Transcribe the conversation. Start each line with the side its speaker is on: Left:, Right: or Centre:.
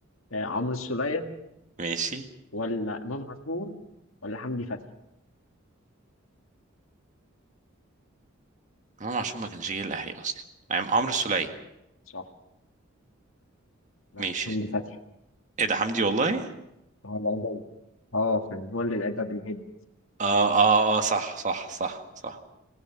Left: آه، عمرو السولية
Right: ماشي
Left: ولا إمام عاشور ولا حمدي فتحي؟
Right: امام عاشور ما كانش جاي الاهلي اصلا يعني عمرو السولية
Left: صح لا
Right: ماشي
Left: حمدي فتحي
Right: ايه ده حمدي والله
Left: هو اللي عدى اه كان هو اللي لعبها بالهيد
Right: اه اه اه صح صح صح صح